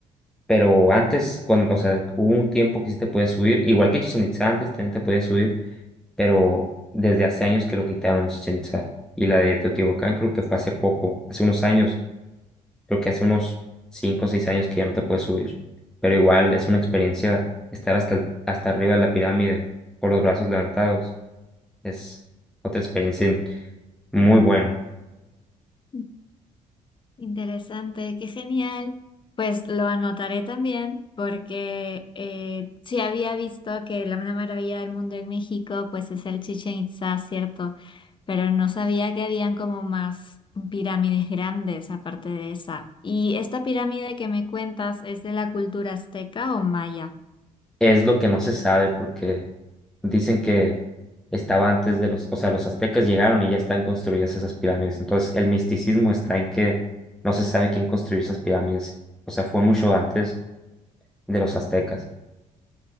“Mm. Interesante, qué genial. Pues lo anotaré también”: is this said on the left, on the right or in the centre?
Left